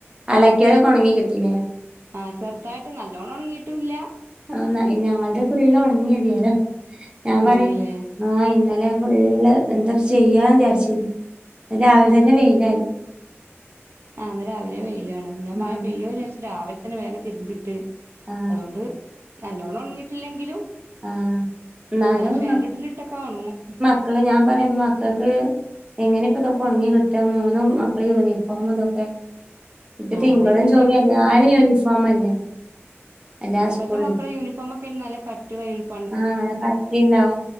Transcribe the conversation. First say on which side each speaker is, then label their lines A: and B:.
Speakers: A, on the right; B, on the right.
A: അലക്കിയാതെക്കെണങ്ങി കിട്ടില്ലേ
B: ആഹ് ചെർതായിട്ട് നല്ലോണ്ണം ഉണങ്ങിയിട്ടൂല്ല
A: ആഹ് ഞങ്ങൾടെ ഫുള്ള് ഉണങ്ങിതിയാലോ ഞാൻ
B: ഉണങ്ങില്ലേ
A: പറിം ആഹ് ഇന്നലെ ഫുള്ള് എന്താ ചെയ്യാന്ന് വിചാരിച്ചിന്ന് അ രാവിലെ തന്നെ വെയിലായി
B: ആഹ് രാവിലെ പെയിലാണ് ഞ മ
A: ആ
B: പെയ്യോ വിചാരിച്ച് രാവിലെ തന്നെ വേഗ തിര്മ്പി
A: ആ
B: അതുകൊണ്ട് നല്ലോണം ഉങ്ങിട്ടില്ലെങ്കിലും
A: ആ എന്നാലും
B: അത് ഫാൻൊട്ടില
A: മക്ക
B: ഇട്ടൊക്കെ ഉണങ്ങും
A: മക്കള് ഞാൻ പറയാംപ്പൊ മക്കക്ക് എങ്ങനെ ഇപ്പ ഇതൊക്കെ ഉണങ്ങി കിട്ടാ മൂന്ന് മക്കളെ യൂണിഫോം ഇതൊക്കെ ഇപ്പ
B: ആഹ്
A: തിങ്കളും
B: ഇപ്പത്തെ
A: ചൊവ്വി എതാലും യൂണിഫോം അല്ലേ എല്ലാ
B: ഇപ്പഴത്തെ
A: സ്കൂളിലും
B: മക്കള യൂണിഫോം ഒക്കെ നല്ല കട്ടുള്ള യൂണിഫോ
A: ആഹ് കട്ടിണ്ടാവും